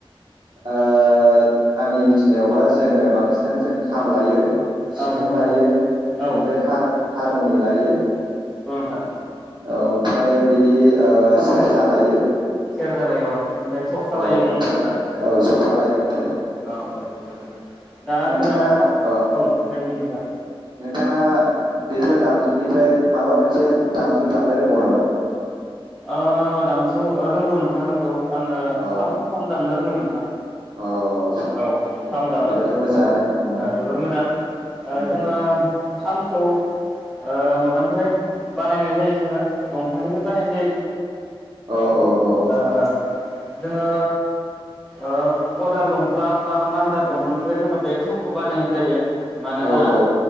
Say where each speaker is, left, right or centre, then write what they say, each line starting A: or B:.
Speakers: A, on the right; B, in the centre.
A: ओ आंनि मिथिनायावबा जोङो बांसिनानो जों खाम लायो।
B: औ
A: सिफुं
B: नंगौ
A: लायो
B: नोंथां
A: ओमफ्राय
B: औ
A: हार हारमुनि लायो।
B: थां
A: औ ओमफ्राय बिदि आ सेरजा लायो।
B: सेरजा लायो अ। ओमफ्राय थरखा
A: औ
B: लायो
A: ओमफ्राय
B: नङा होमबा नोंथां
A: औ जथा लायो ओमफ्राय
B: औ औ जथा लायो दा
A: नोंथाङा
B: जोङो खाम
A: औ
B: दे बुं नोंथां
A: नोंथाङा बेफोर दामजुनिफ्राय माबा मोनसे दामजु दामनो रोंगौ नामा?
B: ओ दामजु रोंगौ नोंथाङा रोंगौ। आङो
A: अ
B: खाम खाम दामनो रोंगौ नों थां
A: अ
B: औ
A: दे
B: खाम दामो
A: बिदिबाथ' मोजाङानो उम
B: जोबोर मोजां
A: उम
B: जोङो खामखौ ओ माबानिफ्राय बानायनाय जायो जोंना दंफांनिफ्राय बा गुबैयै
A: औ औ औ
B: ओ जोङो ओ अदाल दंफां बा मान्दार दंफांनिफ्राय जोङो बे खामखौ बानायनाय जायो। मानोना
A: औ औ